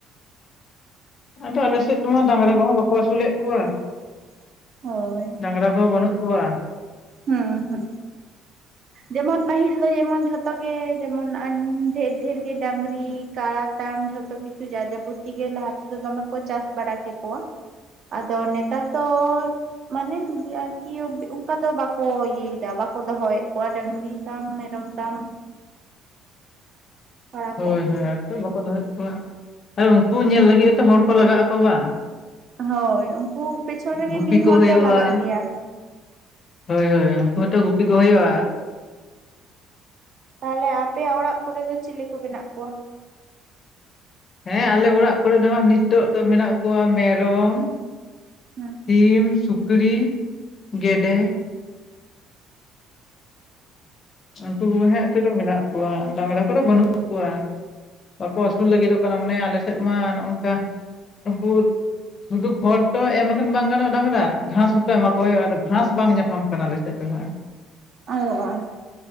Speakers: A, on the left; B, on the right.
A: ᱟᱫᱚ ᱟᱞᱮ ᱥᱮᱫ ᱦᱟᱸᱜ ᱰᱟᱝᱜᱽᱨᱟ ᱠᱚᱦᱚᱸ ᱵᱟᱠᱚ ᱟᱹᱥᱩᱞᱮᱜ ᱠᱚᱣᱟ ᱾
B: ᱦᱳᱭ ᱾
A: ᱰᱟᱝᱜᱽᱨᱟ ᱠᱚᱦᱚᱸ ᱵᱟᱹᱱᱩᱜ ᱠᱚᱣᱟ ᱾
B: ᱦᱩᱸ ᱦᱩᱸ ᱾ ᱡᱮᱢᱚᱱ ᱯᱟᱹᱦᱤᱞ ᱫᱚ ᱡᱮᱢᱚᱱ ᱡᱷᱚᱛᱚ ᱜᱮ ᱡᱮᱢᱚᱱ ᱫᱷᱮᱨ ᱫᱷᱮᱨ ᱰᱟᱝᱜᱽᱨᱤ ᱠᱟᱲᱟ ᱛᱟᱢ ᱡᱷᱚᱛᱚ ᱠᱤᱪᱷᱩ ᱡᱟ ᱡᱟᱵᱚᱛᱤ ᱜᱮ ᱞᱟᱦᱟ ᱛᱮᱫᱚ ᱫᱚᱢᱮ ᱠᱚ ᱪᱟᱥ ᱵᱟᱲᱟ ᱠᱮᱠᱚᱣᱟ ᱾ ᱟᱫᱚ ᱱᱮᱛᱟᱨ ᱫᱚ ᱢᱟᱱᱮ ᱱᱤᱡᱮ ᱟᱨᱠᱤ ᱚᱱᱠᱟ ᱫᱚ ᱵᱟᱠᱚ ᱤᱭᱟᱹᱭᱮᱫᱟ ᱵᱟᱠᱚ ᱫᱚᱦᱚᱸᱭᱮᱫ ᱠᱚᱣᱟ ᱰᱟᱹᱜᱽᱨᱤ ᱛᱟᱢ ᱢᱮᱨᱚᱢ ᱛᱟᱢ ᱾ ᱠᱟᱲᱟ
A: ᱦᱳᱭ
B: ᱠᱚ
A: ᱦᱳᱭ ᱟᱨ ᱛᱚ ᱵᱟᱠᱚ ᱫᱚᱦᱚᱼᱭᱮᱫ ᱠᱚᱣᱟ ᱦᱮᱸ ᱵᱟᱝ ᱾ ᱟᱱᱠᱩ ᱧᱮᱞ ᱞᱟᱹᱜᱤᱫᱛᱚ ᱦᱚᱲ ᱠᱚ ᱞᱟᱜᱟᱜ ᱟᱠᱚ ᱵᱟᱝ?
B: ᱦᱳᱭ ᱩᱱᱠᱩ ᱯᱮᱪᱷᱚᱱ ᱨᱮᱜᱮ
A: ᱜᱩᱯᱤ
B: ᱢᱤᱫ
A: ᱠᱚ
B: ᱦᱚᱲ
A: ᱦᱩᱭᱩᱜᱼᱟ
B: ᱫᱚ ᱞᱟᱜᱟᱜ ᱜᱮᱭᱟ ᱾
A: ᱦᱳᱭ ᱦᱳᱭ ᱩᱱᱠᱩ ᱦᱚᱸᱛᱚ ᱜᱩᱯᱤ ᱠᱚ ᱦᱩᱭᱩᱜᱼᱟ ᱾
B: ᱛᱟᱦᱚᱞᱮ ᱟᱯᱮᱭᱟᱜ ᱚᱲᱟᱜ ᱠᱚᱨᱮ ᱫᱚ ᱪᱤᱞᱤ ᱠᱚ ᱢᱮᱱᱟᱜ ᱠᱚᱣᱟ?
A: ᱦᱮᱸ ᱟᱞᱮ ᱚᱲᱟᱜ ᱠᱚᱨᱮ ᱫᱚ ᱦᱟᱸᱜ ᱱᱤᱛᱚᱜ ᱫᱚ ᱢᱮᱱᱟᱜ ᱠᱚᱣᱟ ᱢᱮᱨᱚᱢ
B: ᱦᱮᱸ ᱾
A: ᱥᱤᱢ, ᱥᱩᱠᱨᱤ, ᱜᱮᱰᱮ ᱩᱱᱠᱩ ᱠᱚ ᱜᱮ ᱦᱟᱸᱜ ᱱᱤᱛᱟᱜ ᱫᱚ ᱢᱮᱱᱟᱜ ᱠᱚᱣᱟ ᱰᱟᱝᱜᱽᱨᱟ ᱠᱚᱫᱚ ᱵᱟᱹᱱᱩᱜ ᱠᱚᱣᱟ ᱾ ᱵᱟᱠᱚ ᱟᱹᱥᱩᱞ ᱞᱟᱹᱜᱤᱫᱚᱜ ᱠᱟᱱᱟ ᱢᱟᱱᱮ ᱟᱞᱮ ᱥᱮᱫ ᱢᱟ ᱱᱚᱜᱝᱠᱟ ᱱᱩᱠᱩ ᱥᱩᱫᱷᱩ ᱠᱷᱚᱲ ᱛᱚ ᱮᱢ ᱞᱮᱠᱷᱟᱱ ᱵᱟᱝ ᱜᱟᱱᱚᱜᱼᱟ ᱰᱟᱝᱜᱽᱨᱟ ᱜᱷᱟᱥ ᱦᱚᱸᱛᱚ ᱮᱢᱟ ᱠᱚ ᱦᱩᱭᱩᱜᱼᱟ ᱟᱫᱚ ᱜᱷᱟᱥ ᱵᱟᱝ ᱧᱟᱯᱟᱢ ᱠᱟᱱᱟ ᱟᱞᱮᱥᱮᱫ ᱫᱚ ᱦᱟᱸᱜ ᱾
B: <inaudible>